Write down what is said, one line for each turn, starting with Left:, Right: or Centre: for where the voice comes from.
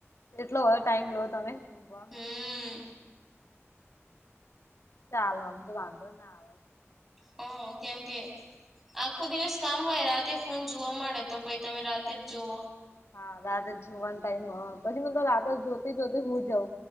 Left: જેટલો હોય ટાઈમ લો તમે ઊંઘવા
Centre: હમ
Left: માં. ચાલો ઓમ તો વાંધો ના આવે.
Centre: હો કેમ કે. આખો દિવસ કામ હોય રાતે ફોન જોવા મળે તો પ તમે રાતે જ જોવો.
Left: હા રાત જ જોવાનું ટાઈમ પછી મે તો રાત જોતી જોતી હુઇ જઉં.